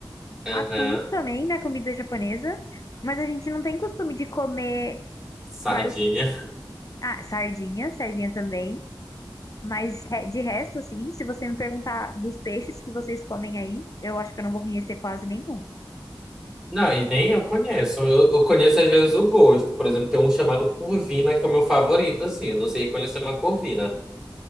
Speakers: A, in the centre; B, on the left.
A: aham.
B: atum também na comida japonesa, mas a gente não tem costume de comer
A: Sardinha.
B: vários. Ah, sardinha, sardinha também. Mas re- de resto, assim, se você me perguntar dos peixes que vocês comem aí, eu acho que eu não vou conhecer quase nenhum.
A: Não, e nem eu conheço. Eu, eu conheço às vezes o gosto. Por exemplo, tem um chamado Corvina, que é o meu favorito, assim. Eu não sei conhecer uma Corvina.